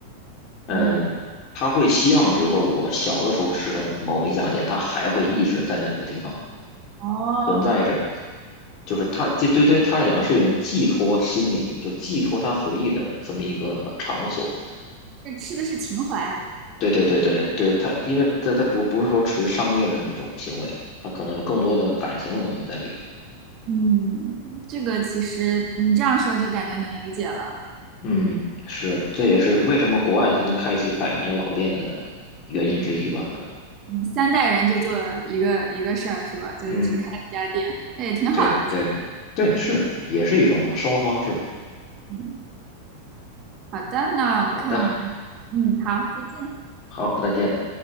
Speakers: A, on the left; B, on the right.
A: 嗯，
B: 嗯，
A: 他会希望比如说我小的时候吃的某一家店，它还会一直在那个地方
B: 哦，
A: 存在着。就是他这对于他他来讲是一种寄托心理，就是寄托他回忆的这么一个场所。
B: 这吃的是情怀。
A: 对对对对对，他因为他他不不是说纯商业的那种行为了，他可能有更多的感情的东西在里面。
B: 嗯，这个其实你这样说就感觉能理解了。
A: 嗯，是，这也是为什么国外才能开启百年老店的原因之一吧？可能。
B: 嗯，三代人就做一个一个事儿是吧？就只开一家店，
A: 嗯，
B: 那也挺好的。
A: 对对对，是，也是一种生活方式嘛
B: 嗯，好的，那我看我们，
A: 好的，
B: 嗯，好，再见。
A: 好，再见。